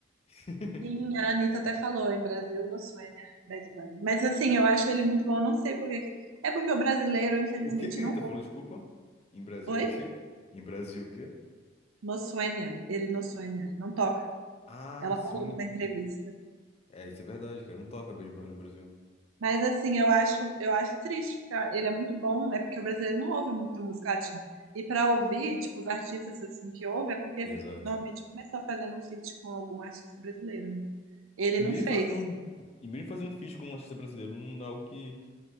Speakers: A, on the left; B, on the right.
A: <laughs>
B: Sim, a Anitta
A: Tipo,
B: até falou em Brasil, no Suênia, Bad Bunny. Mas assim, eu acho ele muito bom. Não sei por que. que- É porque o brasileiro, infelizmente,
A: o que que a
B: não
A: Anitta
B: ouve.
A: falou? Desculpa. Em Brasil
B: Oi?
A: é o quê? Em Brasil é o quê?
B: No Suênia. Ele no Suênia. Não toca.
A: Ah,
B: Ela
A: sim.
B: falou numa entrevista.
A: É, isso é verdade, cara. Não toca Bad Bunny no Brasil.
B: Mas assim, eu acho, eu acho triste, porque ah, ele é muito bom, é porque o brasileiro não ouve muito música latina. E para ouvir, tipo, os artistas assim que ouve, é porque
A: Exato.
B: normalmente começou fazendo um feat com algum artista brasileiro, né? Ele
A: E
B: não
A: mesmo
B: fez.
A: fazendo, e mesmo fazendo feat com um artista brasileiro, não é algo que